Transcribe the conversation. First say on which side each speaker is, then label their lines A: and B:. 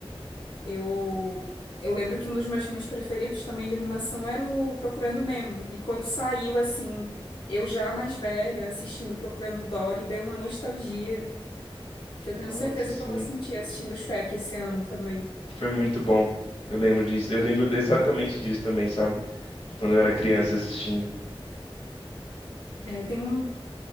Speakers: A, on the left; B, on the left.
A: Eu, eu lembro que um dos meus filmes preferidos também de animação era o Procurando Nemo. E quando saiu, assim, eu já mais velha, assistindo Procurando Dory, deu uma nostalgia que eu tenho
B: Nossa,
A: certeza
B: sim,
A: que eu vou sentir assistindo Shrek esse ano também.
B: foi muito bom. Eu lembro disso. Eu lembro de- exatamente disso também, sabe? De quando eu era criança assistindo.
A: É, tem um.